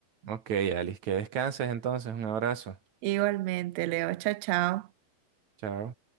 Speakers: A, on the right (about 55°); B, on the right (about 80°).
A: Ok, Alice, que descanses entonces. Un abrazo.
B: Igualmente, Leo. Chao, chao.
A: Chao.